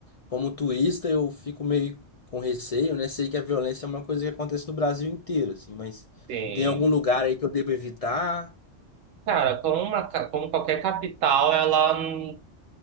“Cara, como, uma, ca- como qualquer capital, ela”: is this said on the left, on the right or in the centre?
Right